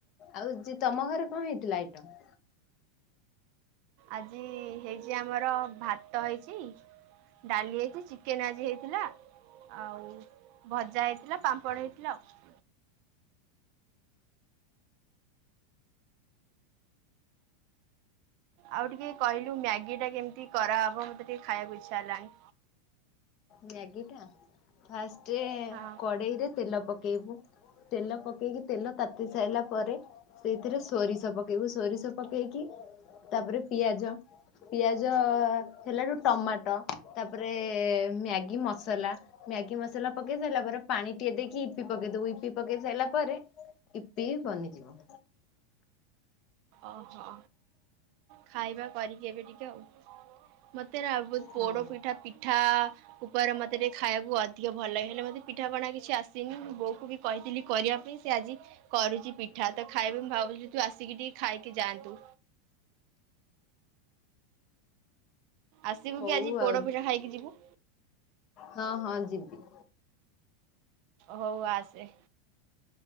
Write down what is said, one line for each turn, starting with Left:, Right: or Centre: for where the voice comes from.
Left: ଆଉ ଯେ ତମ ଘରେ କଣ ହେଇଥିଲା ଆଇଟମ୍,
Right: ଆଜି ହେଇଛି ଆମର ଭାତ ହେଇଛି। ଡାଲି ହେଇଛି ଚିକେନ, ଆଜି ହେଇଥିଲା। ଆଉ ଭଜା, ହେଇଥିଲା ପାମ୍ପଡ଼ ହେଇଥିଲା ଆଉ। ଆଉ ଟିକେ କହିଲୁ ମ୍ୟାଗି, ଟା କେମିତି କରାହବ ମତେ ଟିକେ ଖାଇବାକୁ ଇଚ୍ଛା ହେଲାଣି।
Left: ମ୍ୟାଗି ଟା ଫାଷ୍ଟ
Right: ହଁ
Left: କଡେଇରେ ତେଲ, ପକେଇବୁ ତେଲ ପକେଇକି ତେଲ ତାତିଲେ ତାତି ସାରିଲା ପରେ ସେଇଥିରେ ସୋରିଷ, ପକେଇବୁ। ସୋରିଷ, ପକେଇକି ତାପରେ ପିଆଜ, ପିଆଜ ହେଲାଠୁ ଟମାଟୋ, ତାପରେ ମ୍ୟାଗି ମସଲା, ମ୍ୟାଗି ମସଲା ପକେଇ ସାରିଲା ପରେ ପାଣି ଟିକେ ଦେଇକି ଇପି ପକେଇ ଦବୁ। ଇପି ପକେଇ ସାରିଲା ପରେ ଇପି ବନିଯିବ।
Right: ଓହୋ ଖାଇବା କରିକି ଏବେ ଟିକେ ଆଉ, ମତେନା ବହୁତ ପୋଡପିଠା,
Left: ହୁଁ
Right: ପିଠା, କୁକୁର ମତ ଟେ ଖାଇବାକୁ ଅଧିକ ଭଲ ଲାଗେ ହେଲେ ମୋତେ ପିଠାପଣା କିଛି ଆସିନି ମୁଁ ବୋଉକୁ ବି କହିଥିଲି କରିବା ପାଇଁ ସେ ଆଜି <inaudible> କରୁଛି ପିଠା ତ ଖାଇବି ମୁଁ ଭାବୁଛି ତୁ ଆସିକି ଟିକେ ଖାଇକି ଯାଆନ୍ତୁ। ଆସିବୁ
Left: ହଉ
Right: କି ଆଜି ପୋଡପିଠା,
Left: ଆଉ
Right: ଖାଇକି ଯିବୁ,
Left: ହଁ ହଁ ଯିବି।
Right: ହଉ ଆସେ